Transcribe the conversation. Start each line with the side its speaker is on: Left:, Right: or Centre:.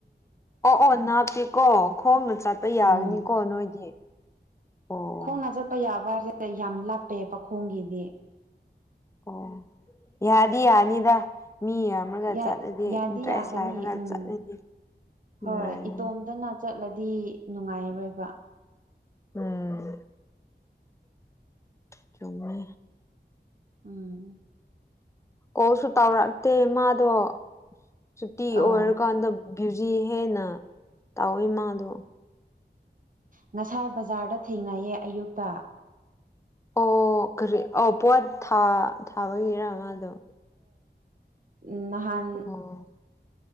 Left: ꯑꯣ ꯑꯣ ꯅꯥꯞꯇꯦꯀꯣ ꯈꯣꯡꯅ ꯆꯥꯠꯄ ꯌꯥꯒꯅꯤꯀꯣ
Right: ꯎꯝ
Left: ꯅꯣꯏꯗꯤ ꯑꯣ
Right: ꯈꯣꯡꯅ ꯆꯠꯄ ꯌꯥꯕꯁꯦ ꯌꯥꯝ ꯂꯥꯞꯄꯩꯑꯕ ꯈꯣꯡꯒꯤꯗꯤ
Left: ꯑꯣ ꯌꯥꯗꯤ ꯌꯥꯅꯤꯗ ꯃꯤ ꯌꯥꯝꯝꯃꯒ
Right: ꯌꯥꯠ
Left: ꯆꯠꯂꯗꯤ
Right: ꯌꯥꯗꯤ
Left: ꯏꯟꯇꯔꯦꯁ
Right: ꯌꯥꯒꯅꯤ
Left: ꯂꯩꯔꯒ
Right: ꯎꯝ
Left: ꯆꯠꯂꯗꯤ ꯅꯨꯡꯉꯥꯏꯒꯅꯤ
Right: ꯍꯣꯏ ꯏꯇꯣꯝꯇꯅ ꯆꯠꯂꯗꯤ ꯅꯨꯡꯉꯥꯏꯔꯣꯏꯕ
Left: ꯎꯝ ꯆꯨꯝꯃꯤ
Right: ꯎꯝ
Left: ꯀꯁꯨ ꯇꯧꯔꯛꯇꯦ ꯃꯥꯗꯣ ꯁꯨꯇꯤ
Right: ꯑꯣ
Left: ꯑꯣꯏꯔꯀꯥꯟꯗ ꯕ꯭ꯌꯨꯖꯤ ꯍꯦꯟꯅ ꯇꯥꯎꯋꯏꯃꯗꯣ
Right: ꯉꯁꯥꯏ ꯕꯖꯥꯔꯗ ꯊꯦꯡꯅꯩꯌꯦ ꯑꯌꯨꯛꯇ
Left: ꯑꯣ ꯀꯔꯤ ꯑ ꯄꯣꯠ ꯊꯥꯕꯒꯤꯔ ꯃꯥꯗꯣ
Right: ꯎ ꯅꯍꯥꯟ
Left: ꯑꯣ